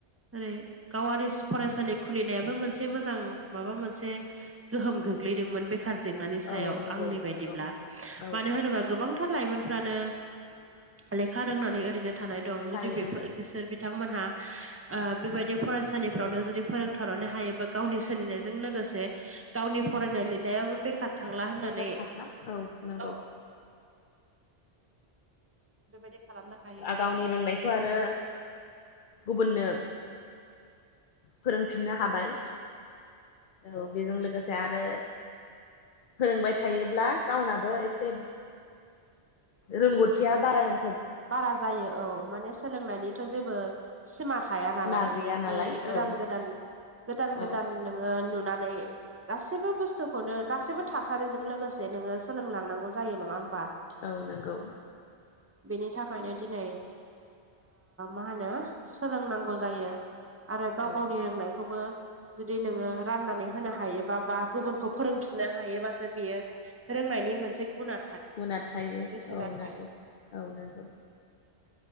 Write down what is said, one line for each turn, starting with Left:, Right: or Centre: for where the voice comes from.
Right: ओरै गावारि फरायसालि खुलिनायाबो मोनसे मोजां माबा मोनसे गोहोम गोग्लैदोंमोन बे बेखार जेंनानि सायाव
Left: औ नंगौ
Right: आंनि बायदिब्ला
Left: नंगौ औ
Right: मानो होनोबा गोबांथार लाइमोनफ्रानो
Left: <inaudible>
Right: लेखा रोंनानै ओरैनो थानाय दं
Left: थायो
Right: जुदि बेफोर बिसोर बिथांमोनहा बेबायदि फरायसालिफ्रावनो जुदि फोरोंथारनानै हायोबा गावनि सोलिनायजों लोगोसे गावनि फरायनाय लिरनायाबो बेखार थांला होननानै
Left: बेगार थांला नंगौ
Right: औ बेबायदि खालामनो हायो नङा
Left: गावनि
Right: होमबा
Left: रोंनायखौ आरो गुबुननो फोरोंफिननो हाबाय औ बेजों लोगोसे आरो फोरोंबाय थायोब्ला गावनाबो एसे रोंगौथिया बारानि
Right: बारा जायो औ माने सोलोंनायनिथ' जेबो सिमा था थाया
Left: सिमा
Right: नालाय
Left: गैया नालाय
Right: नों गोदान
Left: औ
Right: गोदान गोदान
Left: औ
Right: गोदान नोङो नुनानै गासैबो बुस्थुखौनो गासैबो थासारिजों लोगोसे नोङो सोलोंलांनांगौ जायो नङा होमबा
Left: औ नंगौ
Right: बेनि थाखायनो दिनै मा होनो सोलोंनांगौ जायो। आरो गाव गावनि
Left: औ
Right: रोंनायखौबो जुदि नोङो राननानै होनो हायोबा बा गुबुनखौ फोरोंफिननो हायोबासो बियो रोंनायनि मोनसे गुना
Left: गुना थायो
Right: बेसेना
Left: औ
Right: थायो
Left: नंगौ औ नंगौ।